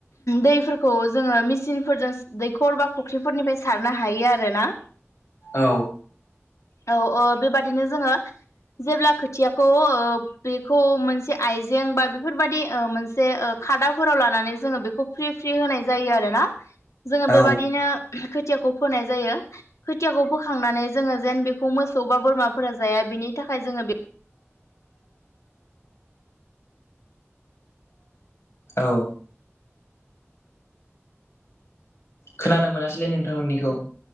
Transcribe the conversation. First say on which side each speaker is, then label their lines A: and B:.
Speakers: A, on the left (about 90°); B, on the left (about 65°).
A: दैफोरखौ जोङो मेसिनफोरजों दैखर बा फुख्रिफोरनिफ्राय सारनो हायो आरोना। <inaudible>
B: औ
A: औ औ बेबादिनो जोङो जेब्ला खोथियाखौ ओ बेखौ मोनसे आइजें बा बेफोरबायदि मोनसे ओ खादाफोराव लानानै जोङो बेखौ फ्रि फ्रि होनाय जायो आरो ना। जोङो
B: औ
A: बेबादिनो खोथियाखौ फोनाय जायो। खोथियाखौ फोखांनानै जोङो जेन बेखौ मोसौ बा बोरमा फोरा जाया बिनि थाखाय जोङो बे
B: औ खोनानो मोनासैलै नोंथां नोंनिखौ